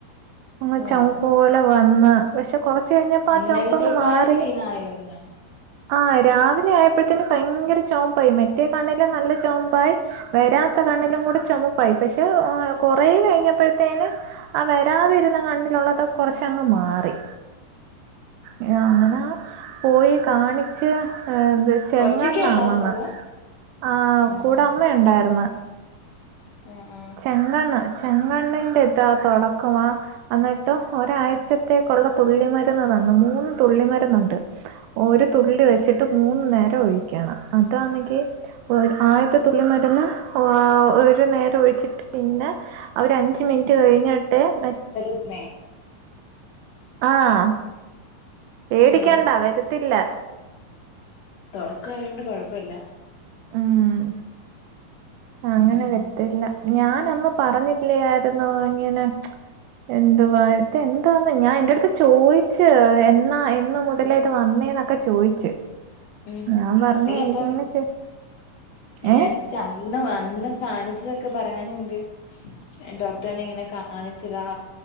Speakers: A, on the right (about 85°); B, on the left (about 75°).
A: അങ് ചൊമപ്പ്
B: ആഹ്
A: പോലെ വന്ന് പക്ഷെ കൊറച്ച് കഴിഞ്ഞപ്പോ ആ
B: ഇന്നലത്തേക്കാള്
A: ചുമപ്പങ് മാറി
B: സീനായോ ഇന്ന്
A: ആഹ് രാവിലെ ആയപ്പോഴത്തിന് ഭയങ്കര ചൊമപ്പായി മറ്റേ കണ്ണെല്ലാം നല്ല ചോമപ്പായി വരാത്ത കണ്ണിലും കൂടെ ചുമപ്പായി പക്ഷെ കൊറേ കഴിഞ്ഞപ്പോഴത്തേനും ആ വരാതെ നിക്ക്ന്ന കണ്ണിലുള്ളത് കൊറച്ചങ്ങ് മാറി ഏ അങ്ങനെ പോയി കാണിച്ച് ഇത് ചെങ്ങണ്ണാണന്ന്
B: ഒറ്റക്കെ ഒള്ളായിരുന്നോ അതോ
A: ആഹ്
B: ആഹാ
A: കൂടെ അമ് മ്മ ഉണ്ടായിർന്ന്
B: ഉം ആഹ്
A: ചെങ്ങണ്ണ് ചെങ്ങണ്ണിന്റെ ഇതാ തൊടക്കവാ എന്നിട്ട് ഒരാഴ്ചത്തേക്കുള്ള തുള്ളിമരുന്ന് തന്ന് മൂന്ന് തുള്ളിമരുന്നുണ്ട് ഒരു തുള്ളി വെച്ചിട്ട്
B: ഉം
A: മൂന്ന് നേരം ഒഴിക്കണം അതാന്നെങ്കി ഒര് ആദ്യാത്തെ തുള്ളി മര്ന്ന് ഒരു നേരം ഒഴിച്ചിട്ട് പിന്നെ അതൊര് അഞ്ച് മിനിറ്റ് കഴിഞ്ഞിട്ട് മ
B: ന്നെ
A: ആഹ് പേടിക്കണ്ട
B: ആണോ
A: വരത്തില്ല
B: തൊടക്കായൊണ്ട് കൊഴപ്പല്ല
A: ഉം അങ്ങനെ
B: ഉം
A: വരത്തില്ല ഞാനന്ന് പറഞ്ഞില്ലേയിരുന്നോ ഇങ്ങനെ എന്തുവാ ഇത് എന്താന്ന് ഞാൻ എന്റെട്ത്ത് ചോയിച്ച് എന്നാ എന്ന് മുതലാ ഇത് വന്നേന്നൊ ഒക്കെ ചോയിച്ച്
B: ഉം
A: ഞാൻ പറഞ്ഞ
B: നീ
A: എനിക്കിങ്ങനെ
B: അപ്പം നേരത്തെ
A: ഏഹ്
B: അന്ന് അന്ന് കാണിച്ചതൊക്കെ പറയാനുണ്ട് ഡോക്ടറെനെ ഇങ്ങനെ കാണിച്ചതാ